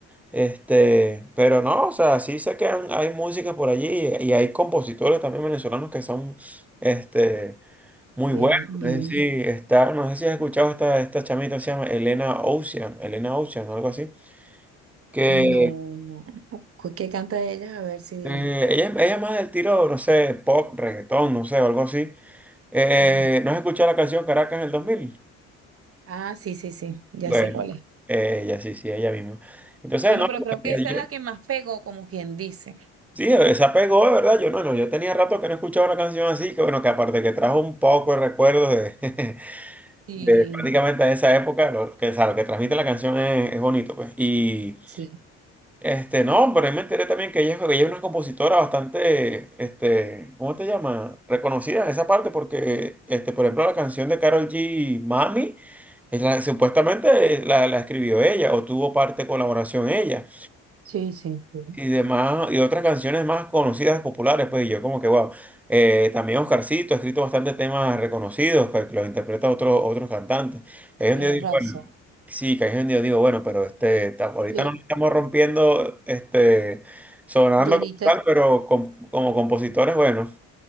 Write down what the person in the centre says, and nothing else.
Este, pero no, o sea, sí sé que han- hay música por allí y hay compositores también venezolanos que son este muy
buenos.
Es decir, está, no sé si has escuchado esta, esta chamita se llama Elena Ocean, Elena Ocean, algo así. que
eh, ella, ella es más del tiro, no sé, pop, reggaetón, no sé, o algo así. Eh,
¿no has escuchado la canción Caracas en el dos mil
Bueno,
ella sí, sí, ella misma. Entonces,
no,
eh,
sí, se apegó, de verdad, yo no, no, yo tenía rato que no escuchaba una canción así, que bueno, que aparte que trajo un poco de recuerdos de, <laughs>
de prácticamente esa época, lo que, o sea, lo que transmite la canción es, es bonito, pues. y
Este, no, pero ahí me enteré también que ella, es- que ella es una compositora bastante, este, ¿cómo te llama? Reconocida en esa parte porque, este, por ejemplo, la canción de Karol G, Mami, es la- supuestamente la, la escribió ella o tuvo parte de colaboración ella
y demás, y otras canciones más conocidas, populares, pues y yo como que, wow, Eh, también Oscarcito ha escrito bastantes temas reconocidos, que que los interpreta otro, otros cantantes. Ahí es donde
yo digo,
bueno, sí, que ahí es donde yo digo, bueno, pero este, ta- ahorita
no lo estamos rompiendo, este, sonando
como tal, pero com- como compositores, bueno,